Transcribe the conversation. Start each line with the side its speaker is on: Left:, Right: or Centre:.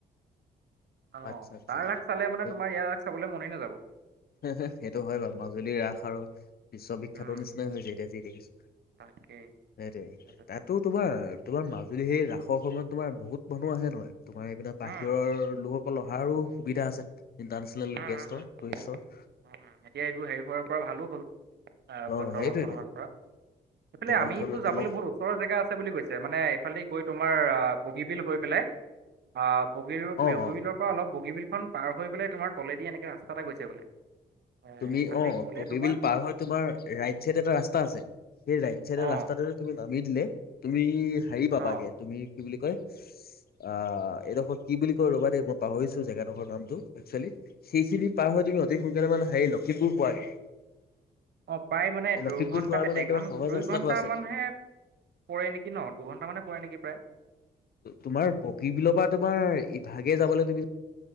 Right: অঁ
Left: আচ্ছা আচ্ছা
Right: তাৰ ৰাস চালে মানে
Left: সেই
Right: তোমাৰ ইয়াৰ ৰাস চাবলে মনেই নাযাব।
Left: সেইটো হয় বাৰু মাজুলীৰ ৰাস আৰু বিশ্ববিখ্যাতৰ
Right: উম
Left: নিচিনাই হৈছে এতিয়া যি দেখিছো।
Right: তাকেই
Left: সেইতোৱে
Right: যথেষ্ট
Left: তাতোটো
Right: ভাল
Left: তোমাৰ, তোমাৰ মাজুলী সেই ৰাসৰ সময়ত তোমাৰ বহুত মানুহ আহে নহয় তোমাৰ এইবিলাক
Right: উম
Left: বাহিৰৰ লোক সকল অহাৰো সুবিধা আছে ইণ্টাৰনেচনেল
Right: উম উম
Left: গেষ্টৰ
Right: উম
Left: টুৰিষ্টৰ
Right: উম এতিয়া এইটো হেৰি হোৱাৰ পৰা ভালো হ'ল। আহ
Left: অ
Right: বল দলংখন
Left: সেইটোৱেতো
Right: হোৱাৰ পৰা সেইফালে
Left: দলং
Right: আমিতো
Left: খনলৈ
Right: যাবলৈ
Left: দলং
Right: বৰ ওচৰৰ জেগা আছে বুলি কৈছে মানে এইফালে দি গৈ তোমাৰ বগীবিল হৈ পেলাই অ বগী বগীবিলৰ
Left: অ অ
Right: পৰা অলপ বগীবিলখন পাৰ হৈ পেলাই তোমাৰ তলেদি এনেকে ৰাস্তা এটা গৈছে বোলে এ,
Left: তুমি
Right: সেইফালেদি
Left: অ
Right: গ'লে
Left: বগীবিল
Right: তোমাৰ
Left: পাৰ হৈ তোমাৰ ৰাইট চাইড এটা ৰাস্তা আছে সেই ৰাইট চাইডৰ
Right: অঁ
Left: ৰাস্তাটো তুমি নামি দিলে তুমি হেৰি পাবাগে
Right: অঁ
Left: তুমি কি বুলি কয় আহ এইডোখৰ কি বুলি কয় ৰ'বা দেই মই পাহৰিছো জেগাডোখৰ নামটো একচুৱেলি সেইখিনি পাৰ হৈ তুমি অতি সোনকালে মানে হেৰি লখিমপুৰ পোৱাগে।
Right: অঁ প্ৰায় মানে
Left: লখিমপুৰ
Right: দুৰ্ঘণ্টা
Left: যোৱাৰ মানে
Right: ডেৰঘ
Left: একেবাৰে সহজ
Right: দুইঘণ্টামানহে
Left: ৰাস্তাটো আছে
Right: পৰে নেকি ন দুঘণ্টামানে পৰে নেকি প্ৰায়
Left: তোমাৰ বগী বিলৰ পৰা তোমাৰ ইভাগে যাবলৈ তুমি